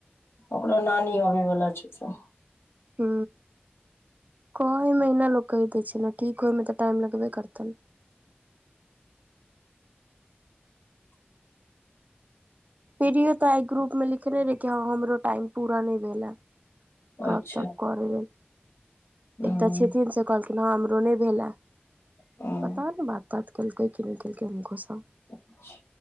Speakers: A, on the left; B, on the right.
A: ओकरो नानी अबै वला छथिन।
B: हू, कहै मे ओहिना लोक कहि दै छै ने, ठीक होइमे तऽ टाइम लगबे करतनि। प्रियो तऽ आय ग्रुप मे लिखने रहे, कि हँ हमरो टाइम पूरा नहि भेल ए। गप
A: अच्छा
B: -तप करै लेल,
A: हँ
B: एकटा छथिन से कहलखिन। ओना हमरो नहि भेल हें,
A: हँ
B: पता नहि बात -तात केलकै कि नहि केलकै हुनको सं?
A: अच्छा!